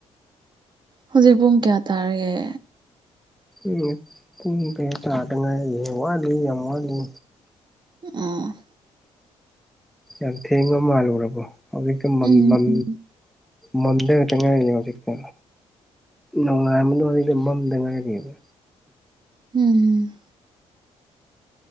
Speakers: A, on the right; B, in the centre.
A: ꯍꯧꯖꯤꯛ ꯄꯨꯡ ꯀꯌꯥ ꯇꯥꯔꯒꯦ
B: ꯎꯝ ꯄꯨꯡ ꯀꯌꯥ ꯇꯥꯗ ꯉꯥꯏꯔꯤꯌ ꯋꯥꯠꯂꯤ ꯌꯥꯝ ꯋꯥꯠꯂꯤ
A: ꯎꯝ
B: ꯌꯥꯝ ꯊꯦꯡꯕ ꯃꯥꯜꯂꯨꯔꯕꯣ ꯍꯧꯖꯤꯛꯇ ꯃꯝꯃꯤ
A: ꯎꯝ
B: ꯃꯝ ꯃꯝꯗꯔꯛꯇ ꯉꯥꯏꯔꯤꯌꯦ ꯍꯧꯖꯤꯡꯀ ꯅꯣꯡꯉꯥꯏꯃꯡꯗꯣ ꯑꯩꯅ ꯃꯝꯗ ꯉꯥꯏꯔꯤꯑꯦꯕ
A: ꯍꯝ